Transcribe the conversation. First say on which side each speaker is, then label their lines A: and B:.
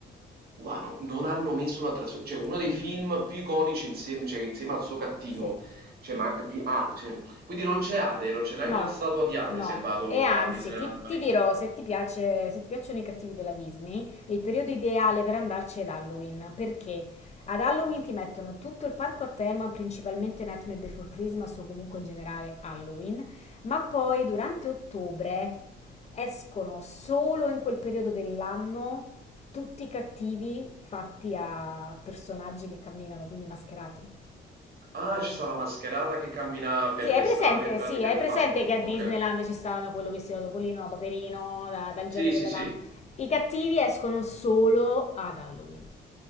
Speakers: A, on the right (about 50°); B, on the left (about 35°).
A: Guarda, no- non hanno messo una traduzione, cioè uno dei
B: no.
A: film più iconici insieme, cioè, insieme al suo cattivo,
B: Sì,
A: cioè, ma di A, cioè, quindi non c'è Ade, non c'è neanche
B: No,
A: la statua di Ade
B: no.
A: se vado
B: E anzi,
A: a Disneyland
B: ti,
A: Paris.
B: ti dirò, se ti piace, se ti piacciono i cattivi della Disney, il periodo ideale per andarci è ad Halloween. Perché? Ad Halloween ti mettono tutto il parco a tema, principalmente Nightmare Before Christmas o comunque in generale Halloween, ma poi durante ottobre escono solo in quel periodo dell'anno tutti i cattivi fatti a personaggi che camminano, quindi mascherati.
A: Ah, ci sta la mascherata che cammina per
B: Sì,
A: le
B: hai presente,
A: strade in pratica
B: sì, hai
A: del
B: presente
A: parco,
B: che a
A: ok.
B: Disneyland ci sta quello vestito da Topolino, da Paperino, da- dal
A: Sì,
B: genio della
A: sì, sì,
B: là. I cattivi escono solo ad Halloween.